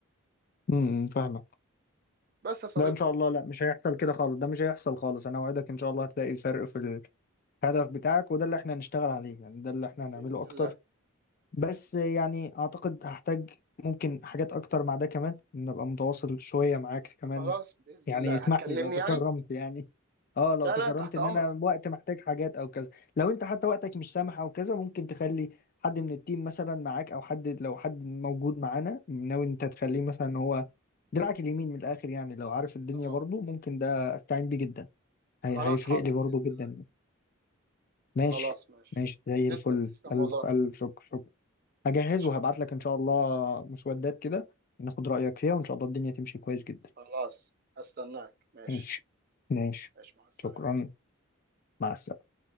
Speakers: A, on the left; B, on the right.
A: امم فاهمك
B: بس يا صديقي
A: لا ان شاء الله لا مش هيحصل كده خالص ده مش هيحصل خالص انا اوعدك ان شاء الله هتلاقي الفرق في الهدف بتاعك وده اللي احنا هنشتغل عليه يعني ده اللي احنا هنعمله
B: باذن
A: اكتر
B: الله
A: بس يعني اعتقد هحتاج ممكن حاجات اكتر مع ده كمان ان ابقى متواصل شوية معاك كمان
B: خلاص باذن
A: يعني
B: الله
A: اسمح
B: هتكلمني
A: لي لو تكرمت
B: يعني
A: يعني اه لو
B: لا
A: تكرمت
B: لا تحت
A: ان
B: امرك
A: انا وقت محتاج حاجات او كذا لو انت حتى وقتك مش سامح او كذا ممكن تخلي حد من التيم مثلا معاك او حد لو حد موجود معانا ناوي إن انت تخليه مثلا إن هو دراعك اليمين من الاخر يعني لو عارف الدنيا
B: اه
A: برضو ممكن ده استعين بيه جدا
B: خلاص
A: هي هيفرق
B: حاضر
A: لي برضو
B: باذن
A: جدا
B: الله
A: يعني. ماشي
B: خلاص ماشي
A: ماشي زي
B: تسلم
A: الفل
B: تسلم
A: الف
B: والله
A: الف شكر شكر هجهز
B: ماشي
A: وهبعت
B: يا حبيبي
A: لك ان شاء الله مسودات كده ناخد رايك فيها وان شاء الله الدنيا تمشي كويس جدا
B: خلاص هستناك ماشي
A: ماشي ماشي
B: ماشي مع السلامه
A: شكرا مع السلامة